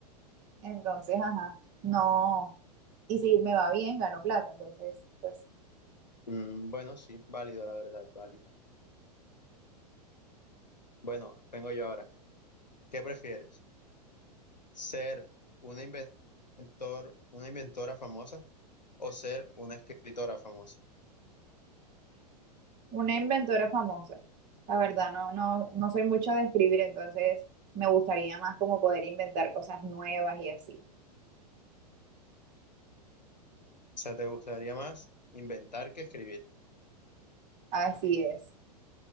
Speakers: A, on the right (about 45°); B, on the left (about 85°).
A: Entonces, ajá, no. Y si me va bien, gano plata. Entonces, pues
B: Mm, bueno, sí, válido, la verdad, válido. Bueno, vengo yo ahora. ¿Qué prefieres? ¿Ser una inventor, una inventora famosa o ser una escritora famosa?
A: Una inventora famosa. La verdad, no, no, no soy mucho de escribir, entonces me gustaría más como poder inventar cosas nuevas y así.
B: O sea, ¿te gustaría más inventar que escribir?
A: Así es.